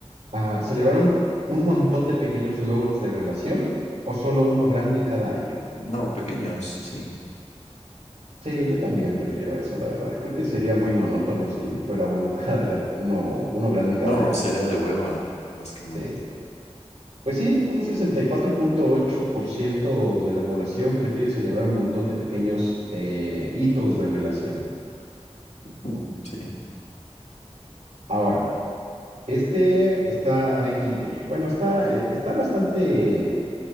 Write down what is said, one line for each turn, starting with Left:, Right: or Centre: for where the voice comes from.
Right: Ah, ¿celebrar un, un montón de pequeños logros de relación o solo uno grande cada año?
Left: No, pequeños, sí.
Right: Sí, yo también prefiero eso, la verdad. Creo que sería
Left: Mm.
Right: muy monótono si fuera uno <laughs> cada, gra- uno, uno grande cada
Left: No,
Right: año.
Left: sería de hueva, más que monótono.
Right: Sí. Pues sí, un sesenta y cuatro punto ocho por ciento de la población prefiere celebrar un montón de pequeños eh, hitos de relación.
Left: Mm, Sí,
Right: Ahora, este está XD. Bueno, está, eh, está bastante,